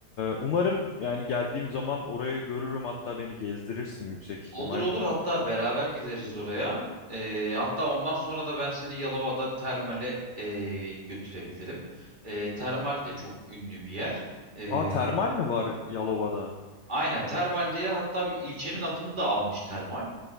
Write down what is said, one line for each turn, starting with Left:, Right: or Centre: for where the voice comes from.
Left: umarım yani geldiğim zaman orayı görürüm hatta beni gezdirirsin yüksek ihtimal.
Right: Olur olur hatta beraber gideriz oraya. Ee, hatta ondan sonra da ben seni Yalova'da termale ee, götürebilirim. Ee, termal de çok ünlü bir yer. E,
Left: Aa termal mi var Yalova'da?
Right: Aynen termal diye hatta bir ilçenin adını da almış termal.